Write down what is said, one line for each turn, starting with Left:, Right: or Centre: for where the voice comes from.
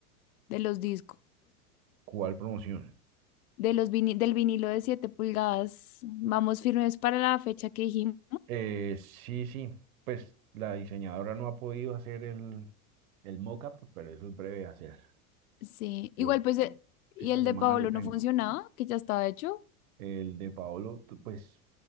Left: de los discos,
Right: ¿Cuál promoción?
Left: de los vini- del vinilo de 7 pulgadas, vamos firmes para la fecha que dijimos.
Right: Eh, sí, sí, pues la diseñadora no ha podido hacer el, el mock-up, pero eso es breve de hacer.
Left: Sí, igual
Right: Yo
Left: pues, eh, y
Right: esta
Left: el
Right: semana
Left: de Paolo
Right: lo tengo.
Left: no funcionaba, que ya estaba hecho.
Right: El de Paolo, t- pues